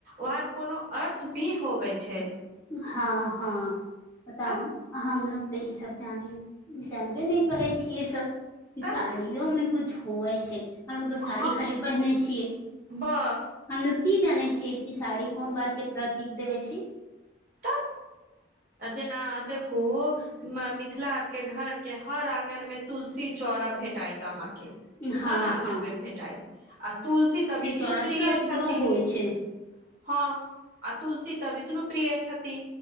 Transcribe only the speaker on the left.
हँ- हँ। <unintelligible> बताउू
हमलोग। <unintelligible> तऽ ईसभ जान जानबे -नहि करै छीियै ईसभ।
साड़ियोमे कुछ। छआै छै। <unintelligible> हमलोग तो साड़ी
खाली पहने छियै <unintelligible>
हमलोग की जाने छी। साड़ी कोन बात के प्रतीक देबे छै। <unintelligible>
हँ
हँ
चौड़ा
सगरो
होइ छै